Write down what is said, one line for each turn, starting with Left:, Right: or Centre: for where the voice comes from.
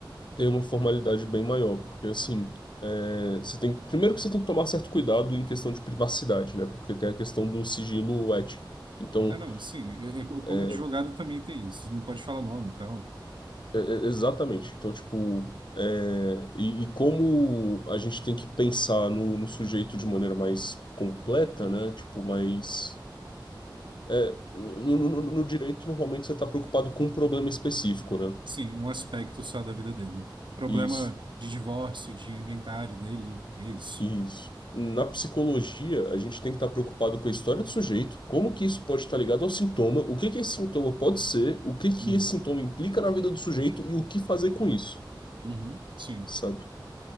Left: tem uma formalidade bem maior, porque assim, é, você tem, primeiro que você tem que tomar certo cuidado em questão de privacidade, né? Porque tem a questão do sigilo ético. Então,
Right: É, não, sim, eu, eu, como
Left: é,
Right: advogado também tem isso, não pode falar nome, então,
Left: é, é- exatamente. Então, tipo, é, e, e como a gente tem que pensar no, no sujeito de maneira mais completa, né? Tipo, mais é, no, no- no- no direito, normalmente você está preocupado com um problema específico, né?
Right: sim, um aspecto só da vida dele. Problema
Left: Isso.
Right: de divórcio, de inventário dele, e é isso.
Left: Isso. Na psicologia, a gente tem que estar preocupado com a história do sujeito, como que isso pode estar ligado ao sintoma, o que que esse sintoma pode ser, o que que
Right: Uhum,
Left: esse sintoma implica na vida do sujeito e o que fazer com isso,
Right: uhum, sim,
Left: sabe?